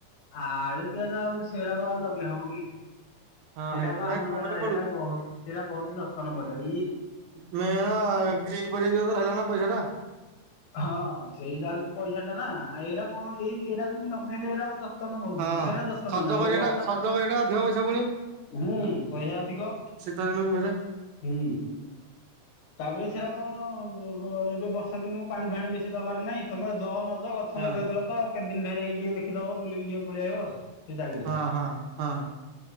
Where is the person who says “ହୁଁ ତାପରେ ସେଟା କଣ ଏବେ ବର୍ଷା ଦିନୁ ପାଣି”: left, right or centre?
Left